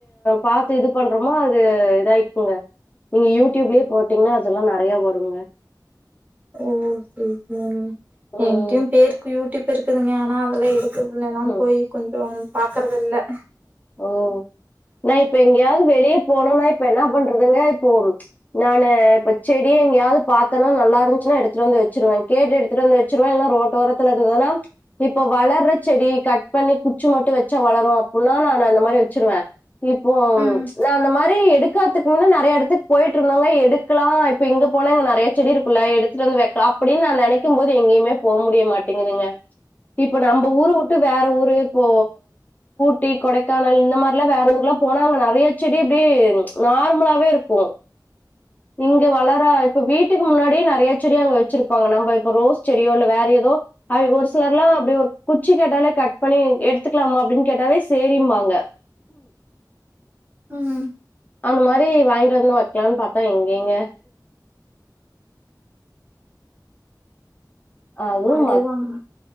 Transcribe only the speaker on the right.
ஓ செர் செர்
எங்கிட்டயு பேருக்கு யூடியூப் இருக்குதுங்க ஆனா அதெல்லா எடு த்து உள்ள எல்லாம்
போய் கொஞ்சோ பாக்கறதில்ல
ம்
ம்
அது
வாங்க